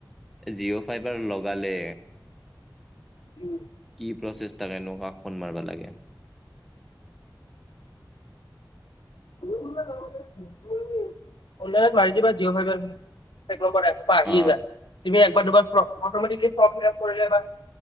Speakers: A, in the centre; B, on the left.
A: জিঅ, ফাইবাৰ লগালে।
B: উম,
A: কি প্ৰচেছ টা নগাক ফোন মাৰাবা লাগে।
B: অনলাইনত মাৰি দিবা, জিঅ, ফাইবাৰ থাকিব পাৰে এইসোপা আহি
A: অ
B: যায়, তুমি একবাৰ দুবাৰ ফৰ্ম, অটমিতেকলি ফৰ্ম ফিল্পা কৰিলে বা